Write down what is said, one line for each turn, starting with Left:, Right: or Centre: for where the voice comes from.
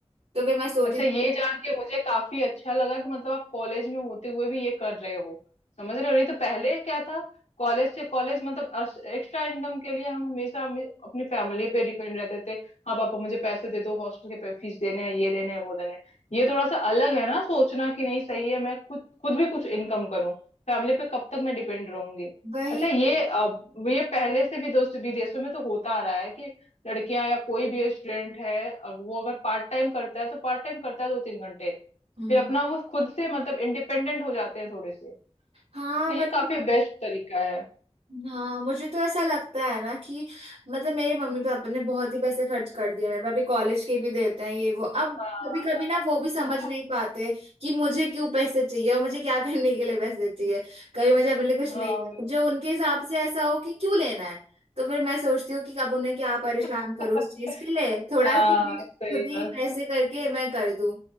Right: तो फिर मैं सोच
Left: अच्छा
Right: रही थी
Left: ये जान के मुझे काफी अच्छा लगा कि मतलब आप कॉलेज में होते हुए भी ये कर रहे हो समझ रहे हो नहीं तो पहले क्या था कॉलेज से कॉलेज मतलब एक्स्ट्रा इनकम के लिए हम हमेशा हम अपनी फैमिली पे डिपेंड रहते थे हाँ पापा मुझे पैसे दे दो हॉस्टल के फीस देने हैं ये देने हैं वो देने हैं ये
Right: हाँ
Left: थोड़ा सा अलग है ना सोचना कि नहीं सही है मैं खुद खुद भी कुछ इनकम करूँ फैमिली पे कब तक मैं डिपेंड रहूंगी
Right: वही
Left: अच्छा
Right: तो
Left: ये अ, ये पहले से भी दोस्त विदेशों में तो होता आ रहा है कि लड़कियां या कोई भी स्टूडेंट है अगर वो अगर पार्ट टाइम करता है तो पार्ट टाइम करता है दो तीन घंटे
Right: हम्म
Left: फिर अपना वो खुद से मतलब इंडिपेंडेंट हो जाते हैं थोड़े से
Right: हाँ
Left: तो
Right: मतलब
Left: ये काफी बेस्ट तरीका है
Right: हाँ मुझे तो ऐसा लगता है ना कि मतलब मेरे मम्मी पापा ने बहुत ही पैसे खर्च कर दिए मेरे पापा कॉलेज के भी देते हैं ये वो अब
Left: हाँ
Right: कभी कभी
Left: हाँ
Right: ना वो भी समझ
Left: हाँ
Right: नहीं पाते कि मुझे क्यों पैसे चाहिए और मुझे क्या <laughs> करने के लिए पैसे चाहिए कभी मुझे अपने लिए कुछ
Left: हाँ,
Right: लेना
Left: वही।
Right: जो उनके हिसाब से ऐसा हो कि क्यों लेना है तो फिर मैं सोचती हूँ कि अब उन्हें क्या परेशान
Left: <laughs>
Right: करूँ उस चीज के लिए थोड़ा
Left: हाँ,
Right: खुद ही खुद
Left: सही
Right: ही
Left: बात
Right: पैसे करके मैं कर दूं